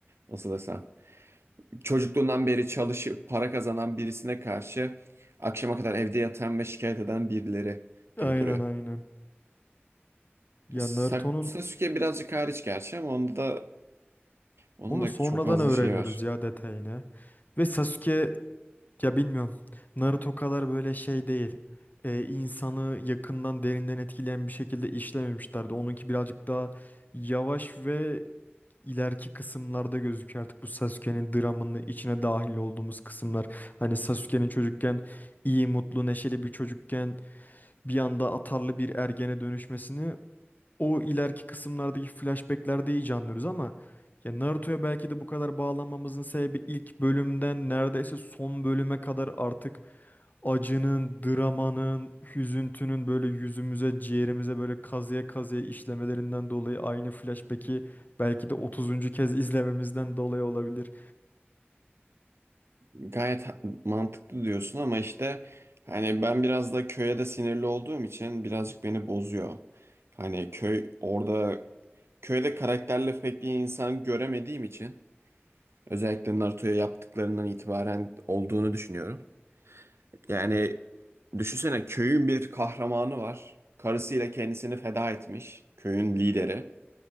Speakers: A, on the right; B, on the left.
A: Nasıl desem. Çocukluğundan beri çalışıp para kazanan birisine karşı akşama kadar evde yatan ve şikayet eden birileri
B: Aynen
A: gibi duruyor.
B: aynen. Ya
A: Sa-
B: Naruto'nun
A: Sasuke birazcık hariç gerçi ama onda da onun
B: onu
A: da
B: sonradan
A: çok fazla
B: öğreniyoruz
A: şey var.
B: ya detayını. Ve Sasuke Ya bilmiyorum. Naruto kadar böyle şey değil. Ee, insanı yakından derinden etkileyen bir şekilde işlememişlerdi. Onunki birazcık daha yavaş ve ileriki kısımlarda gözüküyor artık bu Sasuke'nin dramının içine dahil olduğumuz kısımlar. Hani Sasuke'nin çocukken iyi, mutlu, neşeli bir çocukken bir anda atarlı bir ergene dönüşmesini o ileriki kısımlardaki flashbacklerde iyice anlıyoruz ama ya Naruto'ya belki de bu kadar bağlanmamızın sebebi ilk bölümden neredeyse son bölüme kadar artık acının, dramanın, hüzüntünün böyle yüzümüze, ciğerimize böyle kazıya kazıya işlemelerinden dolayı aynı flashback'i belki de 30. kez <laughs> izlememizden dolayı olabilir.
A: Gayet ha- mantıklı diyorsun ama işte hani ben biraz da köye de sinirli olduğum için birazcık beni bozuyor. Hani köy orada köyde karakterli pek bir insan göremediğim için özellikle Naruto'ya yaptıklarından itibaren olduğunu düşünüyorum. Yani düşünsene köyün bir kahramanı var. Karısıyla kendisini feda etmiş. Köyün lideri.